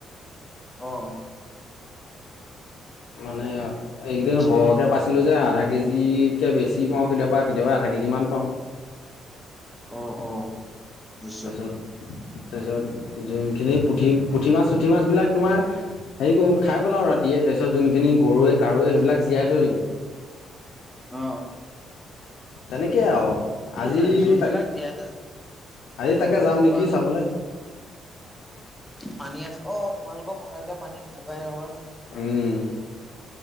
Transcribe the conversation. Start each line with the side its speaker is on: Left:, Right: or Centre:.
Centre: অ'।
Left: মানে এইকেইদিন
Centre: আচ্ছা
Left: সৰহকে পাইছিলো যে আধা কেজি কে বেছি পাওঁ কেতিয়াবা কেতিয়াবা আধা কেজিমান পাওঁ।
Centre: আহ অ'। বুজিছো
Left: তাৰপিছত তাৰপিছত যোনখিনি পুঠি পুঠি মাছ চুঠি মাছবিলাক তোমাৰ হেৰি কৰোঁ খাই পেলাওঁ ৰাতিয়ে তাৰপিছত যোনখিনি গৰৈ কাৱৈ সেইবিলাক জীয়াই থৈ দিওঁ
Centre: অ'।
Left: তেনেকেই আৰু
Centre: ঠিকে
Left: আজি
Centre: আছে যোনবিলাক
Left: তাক
Centre: জীয়াই থা
Left: আজি
Centre: অ
Left: তাকে যাম নেকি
Centre: কোৱা
Left: চাবলৈ।
Centre: পানী আছে অ', অ', তোমালোকৰ পথাৰ বিলাকত পানী নুশুকাই নহয়।
Left: উম।